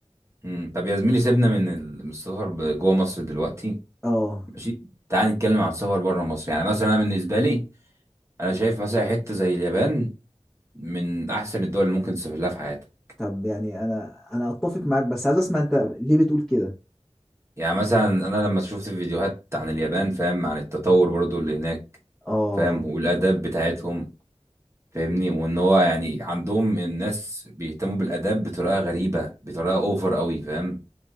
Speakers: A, on the right (about 25°); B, in the centre.
A: مم. طب يا زميلي سيبنا من ال- من السفر ب- جوه مصر دلوقتي
B: اه
A: ماشي تعال نتكلم عن السفر بره مصر يعني مثلا انا بالنسبه لي انا شايف مثلا حته زي اليابان من احسن الدول اللي ممكن تسافر لها في حياتك
B: طب يعني انا انا اتفق معاك بس عايز اسمع انت ليه بتقول كده
A: يعني مثلا انا لما شفت فيديوهات عن اليابان فاهم عن التطور برضو اللي هناك
B: اه
A: فاهم والاداب بتاعتهم فاهمني وان هو يعني عندهم الناس بيهتموا بالاداب بطريقه غريبه بطريقه اوفر قوي فاهم